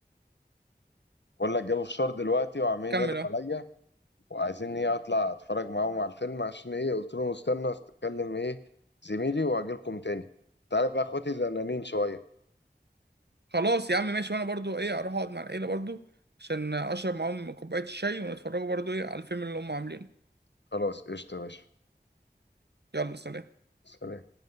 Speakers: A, on the left; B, on the right.
A: بقول لك جابوا فشار دلوقتي وعمالين
B: اه
A: ينادوا عليا وعايزين ايه اطلع اتفرج معاهم على الفيلم عشان ايه قلت لهم استنى اتكلم ايه زميلي واجيلكم تاني تعرف بقى اخواتي زنانين شوية
B: خلاص يا عم ماشي وانا برضو ايه اروح اقعد مع العيلة برضو عشان اشرب معاهم كوباية الشاي ونتفرجوا برضو ايه على الفيلم اللي هم عاملينه
A: خلاص قشطة يا باشا
B: يلا سلام
A: سلام